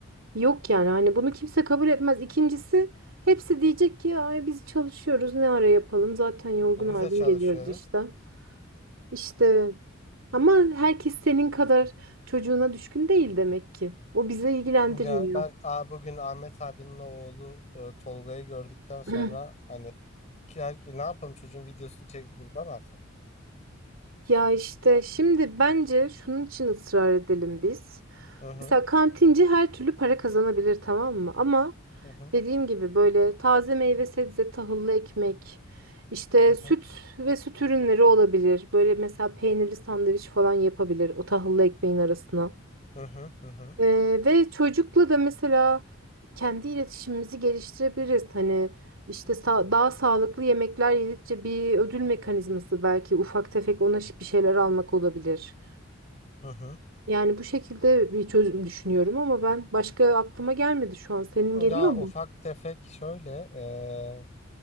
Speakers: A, on the right; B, on the left.
A: Yok yani hani bunu kimse kabul etmez. İkincisi hepsi diyecek ki ay biz çalışıyoruz ne ara yapalım zaten yorgun
B: E biz
A: argın
B: de çalışıyoruz.
A: geliyoruz işten. İşte ama herkes senin kadar çocuğuna düşkün değil demek ki. O bize ilgilendirmiyor.
B: Ya ben a, bugün Ahmet abinin oğlu e, Tolga'yı gördükten sonra
A: <clears throat>
B: hani ki, her- ki ne yapalım çocuğun videosunu çekip gruba mı atalım?
A: Ya işte şimdi bence şunun için ısrar edelim biz.
B: Hı hı
A: Mesela kantinci her türlü para kazanabilir tamam mı? Ama
B: hı hı
A: dediğim gibi böyle taze meyve sebze, tahıllı ekmek, işte
B: hı hı
A: süt ve süt ürünleri olabilir. Böyle mesela peynirli sandviç falan yapabilir o tahıllı ekmeğin arasına.
B: hı hı hı hı.
A: Ee, ve çocukla da mesela kendi iletişimimizi geliştirebiliriz. Hani işte sa- daha sağlıklı yemekler yedikçe bir ödül mekanizması belki ufak tefek ona şi- bir şeyler almak olabilir.
B: hı hı.
A: Yani bu şekilde bir çözüm düşünüyorum ama ben başka aklıma gelmedi şu an. Senin geliyor
B: Ya
A: mu?
B: ufak tefek şöyle e,